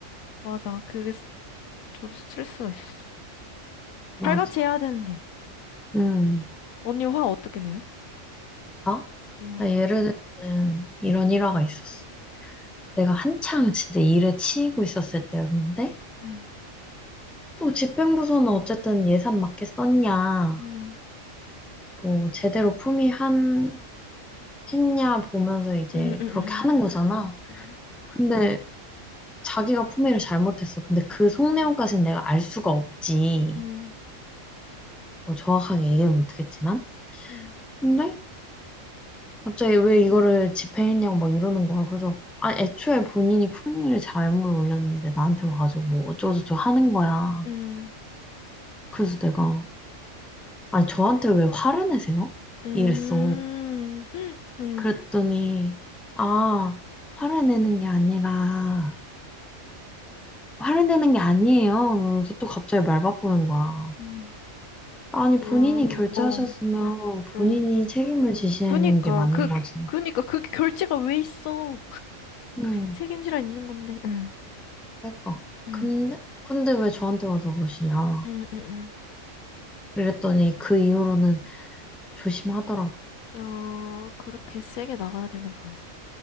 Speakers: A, on the left (about 90°); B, in the centre.
A: 맞아 그게 스- 저도 스트레스가 있었어
B: 맞아.
A: 칼같이 해야 되는데
B: 응.
A: 언니 화 어떻게 내요?
B: 나?
A: 음,
B: 나 예를 들면 이런 일화가 있었어. 내가 한창 진짜 일에 치이고 있었을 때였는데,
A: 음.
B: 또 집행부서는 어쨌든 예산 맞게 썼냐,
A: 음.
B: 뭐 제대로 품위한, 했냐 보면서 이제
A: 응응응
B: 그렇게 하는 거잖아.
A: 음,
B: 근데 자기가 품위를 잘못했어. 근데 그 속내용까지는 내가 알 수가 없지.
A: 음,
B: 뭐 정확하게 얘기는 못하겠지만.
A: 음,
B: 근데 갑자기 왜 이거를 집행했냐고 막 이러는 거야. 그래서, 아, 애초에 본인이 품위를 잘못 올렸는데 나한테 와가지고 뭐 어쩌고저쩌고 하는 거야.
A: 음,
B: 그래서 내가, 아, 니 저한테 왜 화를 내세요?
A: 음,
B: 이랬어.
A: 음.
B: 그랬더니, 아, 화를 내는 게 아니라, 화를 내는 게 아니에요. 그래서 또 갑자기 말 바꾸는 거야.
A: 음.
B: 아니,
A: 어,
B: 본인이 결제하셨으면
A: 어,
B: 본인이
A: 응.
B: 책임을 지시는
A: 그니까,
B: 게 맞는
A: 그,
B: 거지.
A: 그니까, 그게 결제가 왜 있어?
B: 음,
A: 책임지라 있는 건데, 응,
B: 그러니까.
A: 응,
B: 근데, 근데 왜 저한테 와서 그러시냐.
A: 응, 응,
B: 그랬더니 그 이후로는 조심하더라고.
A: 응. 어, 그렇게 세게 나가야 되나 봐.